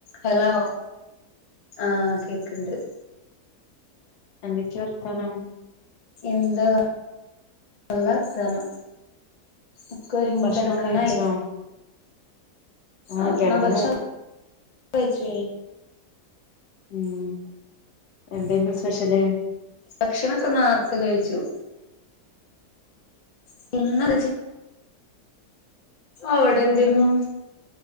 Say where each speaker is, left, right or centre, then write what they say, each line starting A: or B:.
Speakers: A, on the left; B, on the left.
A: Hello ആഹ് കേക്കണ്ട്
B: എന്തക്കെ വർത്താനം
A: എന്ത നല്ല വർത്താനം ഒകൊരുങ്ങി
B: ഭക്ഷണം
A: കിടക്കാനായ
B: കഴിച്ചോ ആഹ്
A: ആ
B: കെടന്നു
A: ആ ഭക്ഷണം കഴിച്ചു
B: ഉം എന്തന്ന് സ്പെഷ്ല്
A: ഭക്ഷണംമൊക്കെന്ന് നേർത്ത് കഴിച്ചു <unintelligible> ഇന്ന അവിടെ എന്തിരുന്നു